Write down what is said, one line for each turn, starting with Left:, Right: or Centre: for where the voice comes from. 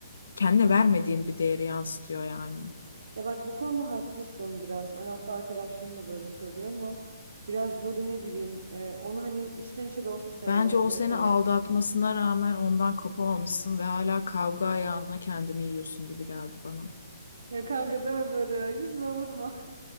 Left: kendine vermediğin bir değeri yansıtıyor yani.
Right: Ya bak bu konuda haklısın biraz. Hani hatta arkadaşlarım da böyle söylüyor ama biraz böyle ne bileyim e, onu hani içten içe de olsa severim
Left: Bence
Right: şey
Left: o seni
Right: yaparım.
Left: aldatmasına rağmen ondan kopamamışsın ve hala kavga ayağına kendini yiyorsun gibi geldi bana.
Right: Ya kanka deme böyle ya yüzüme vurma.